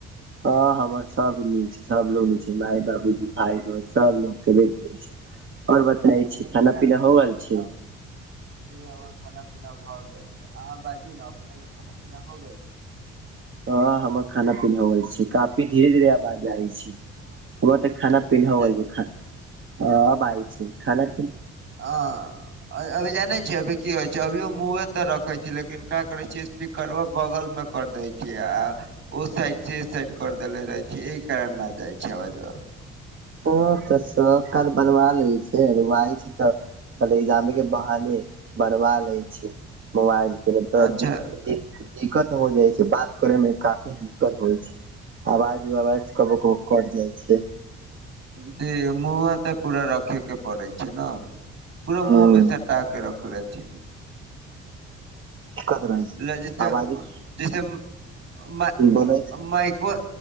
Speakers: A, on the right; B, on the right.
A: हँ हमर सब निक छै सबलोग निकछै माय बाबूजी भाय बह सब लोग त <unintelligible> छै। और बताय
B: अपनेके
A: छी खाना
B: खा
A: पीना हो गल छै।
B: आ जी हमर खाना पीना भ गेल छै अहाँ बाजू न अपनेके खाना पीना हो गेल छै।
A: हां हमर खाना- पीना होै छै, काफी धीरे- धीरे आवाज आइ छै। हमर तऽ खाना
B: फेनो
A: पीना होगैल
B: जाइ
A: छै, अब आइ छै, खाना पी
B: हां अभी जानै छियै अभी की होइ छै, अभियो मुँहे तर रखै छी लेकिन काआ करै छियै। कि करब बगल मे कर देै छियै आ ओ साइड से इसाइड कर देले रहै छै, इहे कारण नाआ जाइ छै अवाजवा।
A: ह तऽ सौ काल बनबा लै छियै अरूआइछै तऽ खाली एग्जामे के बहाने भरबा ले छियै मोबाइल के ज
B: अच्छा
A: दिक- दिक्कत हो जाइ छै, बात करे मे काफी दिक्कत होइ छै। आवाज -ववाज कबो- कबो कट जाइ छै।
B: दे मुँह तऽ पुरा रखे के पड़ै छै ने पुरा
A: हूँ
B: मुँह मे सट ता क रखले छी।
A: दिक्कत रहै छै
B: लजिस्टर
A: आवाजे
B: जैसे मै-माइको
A: बोलै छै